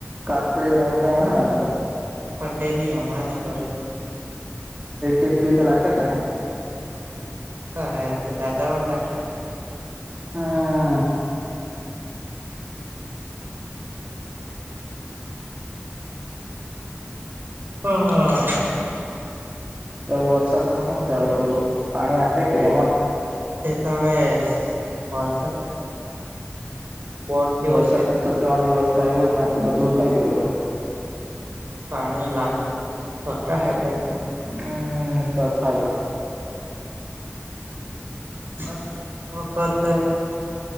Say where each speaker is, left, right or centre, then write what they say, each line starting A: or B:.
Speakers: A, on the right; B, on the right.
A: કાકડી ને એવું કઈ હ ને હજુ તો.
B: પટેે ની હમણાં, ની કરે.
A: એક એક બી તો લખે કેને.
B: હ, તે લાગતા હૈ, તે દાદા ઓણ લખ્યા કરે.
A: હા.
B: હા, હા.
A: તો વરસાદ નુ હુુ સે હવે, તો પાણી આપે કે એમ જ?
B: તે તો હવે વરસાદ તો ની આવે. બોર જેવો
A: હ, સતર
B: છે તો ખરો
A: ત્રણ દિવસ તો આવ્યો જ નથી, બધું હું કંઈ ગયેલું હે.
B: પાણી લા કરતા હે, કઈ?
A: હમ, તો થાય.
B: વરસાદ તો આ વખત